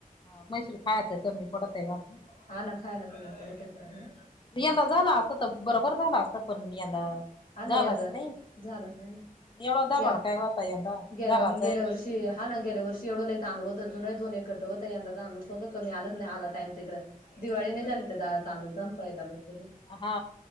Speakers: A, on the left (about 35°); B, on the left (about 65°).
A: हा म्हशी ला खायचं कमी पडताय भात ना
B: हा ना खायला कमी पडतंय परत मग
A: यंदा झाला असत तर बरोबर झालं असत पण यंदा.
B: हा ना
A: झालंच
B: यंदा
A: नाही
B: झालंच नाही ना
A: एवढा धबड
B: या
A: काय होता यंदा
B: गे
A: घराच
B: गेल्या
A: आहे
B: वर्षी
A: बी
B: हा ना गेल्या वर्ष एवढ लय तांदूळ होत, जुनही दो एकटं होतं यंदा तांदूळ सों कमी आलंत नाही आला टाइम तिकड दिवाळी नाही झाली तर तांदूळ संपायला बस
A: हा